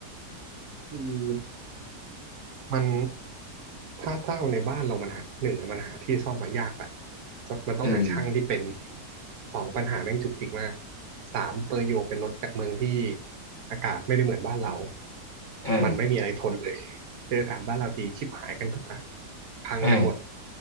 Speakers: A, on the right (about 65°); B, on the left (about 55°).
A: คือมันถ้าถ้าเอาในบ้านเรามันหาหนึ่งอะมันหาที่ซ่อมมายากแหละสักมันต้องหาช่างที่เป็น
B: <laughs> เออ
A: สองปัญหาแม่งจุกจิกมากสามเปอร์โยเป็นรถจากเมืองที่อากาศไม่ได้เหมือนบ้านเรา
B: เออ
A: มันไม่มีอะไรทนเลยเจออากาศบ้านเราทีชิบหายกันทุกอ่ะพังกันหมด
B: เออ